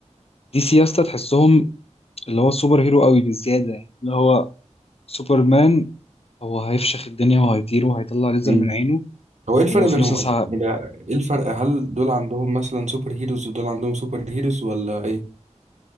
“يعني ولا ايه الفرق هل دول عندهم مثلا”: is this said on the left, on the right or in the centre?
Right